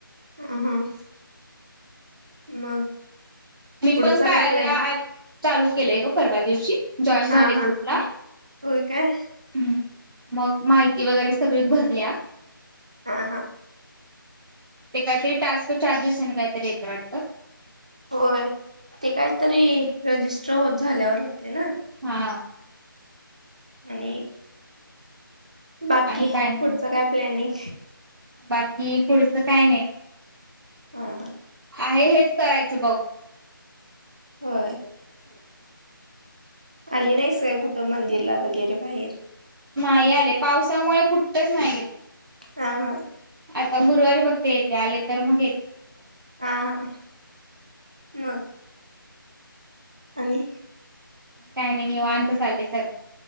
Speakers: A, on the right; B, on the right.
A: अ हां मग
B: मी
A: पुढचा
B: पण काय
A: प्लॅन
B: या ऍप चालू केलेय ग परवा दिवशी जॉईन
A: हा
B: झाले
A: हा
B: ग्रुपला
A: होय काय
B: ह् मग माहिती वगैरे सगळी भरल्या
A: हा हा
B: ते काहीतरी टास्क चार्जेस आणि काहीतरी येत वाटत
A: होय ते काहीतरी रजिस्टर होत झाल्यावर होते ना
B: हा
A: आणि बाकी
B: आणि काय
A: पुढ काय प्लॅनिंग
B: बाकी पुढचं काय नाही
A: हा हा
B: आहे हेच करायचं बघ
A: होय
B: सुरप
A: आली नाहीस काय कुठं मंदिरला वगैरे बाहेर
B: नाही आले पावसामुळे कुठठच नाही गेले
A: हा हा
B: आता गुरुवारी बघते येते आले तर मग येते पड
A: हा हा मग आणि
B: काय नाहीय निवा अंत सल्ले सर